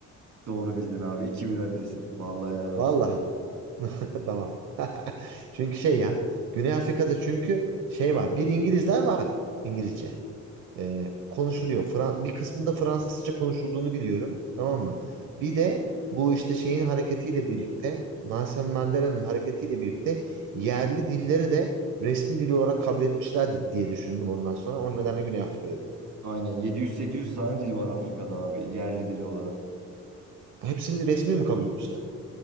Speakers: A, on the right (about 65°); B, on the right (about 85°).
A: Doğru bildin abi. iki bir öndesin. Vallahi helal olsun.
B: Vallahi. <laughs> Tamam. <laughs> Çünkü şey ya Güney Afrika'da çünkü şey var. Bir İngilizler var. İngilizce. Ee, konuşuluyor. Fra- bir kısmında Fransızca konuşulduğunu biliyorum. Tamam mı? Bir de bu işte şeyin hareketiyle birlikte Nelson Mandela'nın hareketiyle birlikte yerli dilleri de resmi dil olarak kabul etmişlerdir diye düşündüm ondan sonra. O nedenle Güney Afrika dedim.
A: Aynen 700-800 tane dil var Afrika'da abi. Yerli dili olarak.
B: Hepsini resmi mi kabul etmişler?